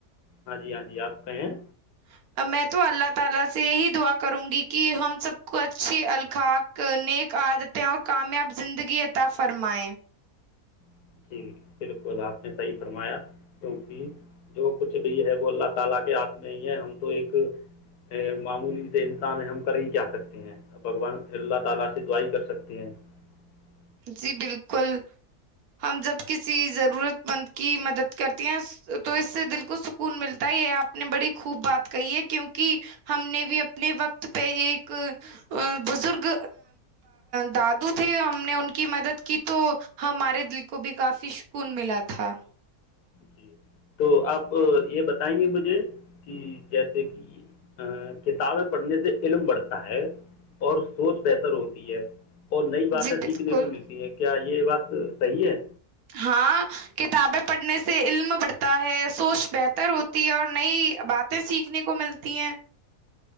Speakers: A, on the left; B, on the right.
A: ہاں جی ہاں جی آپ کہیں ہیں
B: <inaudible>
A: <inaudible>
B: جی بالکل ہم جب کسی ضرورت مند کی مدد کرتی ہیں تو اس سے دل کو سکون ملتا ہے یہ آپ نے بڑی خوب بات کہی ہے کیونکہ ہم نے بھی اپنے وقت پہ ایک بزرگ دادو تھے ہم نے ان کی مدد کی تو ہمارے دل کو بھی کافی سکون ملا تھا
A: جی تو آپ یہ بتائیں گے مجھے کہ جیسے کہ کتابیں پڑھنے سے علم بڑھتا ہے اور سوچ بہتر ہوتی ہے اور نئی باتیں
B: جی بالکل
A: سیکھنے کو ملتی ہیں کیا یہ یہ بات صحیح ہے
B: ہاں کتابیں پڑھنے سے علم بڑھتا ہے سوچ بہتر ہوتی ہے اور نئی باتیں سیکھنے کو ملتی ہیں